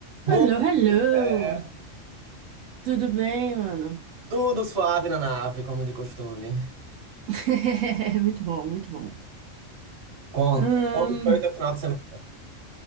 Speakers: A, on the right; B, on the right.
A: Bom,
B: Hello, hello!
A: cara,
B: Tudo bem, mano?
A: tudo suave na nave, como de costume.
B: <laughs> Muito bom, muito bom.
A: Conta,
B: Ahn,
A: como foi o teu final de semana?